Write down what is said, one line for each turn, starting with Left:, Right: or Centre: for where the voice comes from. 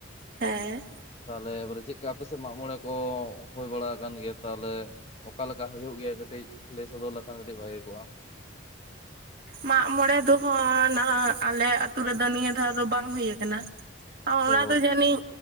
Right: ᱦᱮᱸ
Left: ᱛᱟᱦᱚᱞᱮ ᱮᱵᱟᱨᱮ ᱪᱮᱫ ᱞᱮᱠᱟ ᱟᱯᱮ ᱥᱮᱫ ᱢᱟᱜ ᱢᱚᱬᱮ ᱠᱚ ᱦᱩᱭ ᱵᱟᱲᱟ ᱠᱟᱱ ᱜᱮᱭᱟ ᱛᱟᱦᱚᱞᱮ? ᱚᱠᱟ ᱞᱮᱠᱟ ᱦᱳᱭᱳᱜ ᱜᱮᱭᱟ ᱠᱟᱹᱴᱤᱡ ᱞᱟᱹᱭ ᱥᱚᱫᱚᱨ ᱞᱮᱠᱷᱟᱱ ᱠᱟᱹᱴᱤᱡ ᱵᱷᱟᱜᱮ ᱠᱚᱜᱼᱟ‌ ᱾
Right: ᱢᱟᱜᱢᱚᱬᱮ ᱫᱚ ᱱᱟᱦᱟᱜ ᱟᱞᱮ ᱟᱛᱩ ᱨᱮᱫᱚ ᱱᱤᱭᱟᱹ ᱫᱷᱟᱣ ᱫᱚ ᱵᱟᱝ ᱦᱳᱭ ᱠᱟᱱᱟ ᱾ ᱚᱱᱟ
Left: ᱛᱚ
Right: ᱫᱚ ᱡᱟᱹᱱᱤᱡ